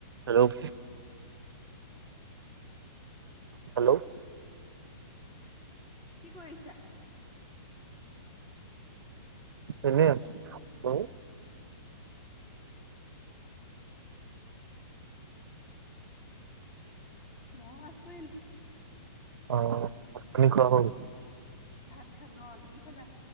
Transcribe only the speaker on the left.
কি কৰিছা?
ময়ো আছো এনেই
ভাত খালো অ তুমি খালা?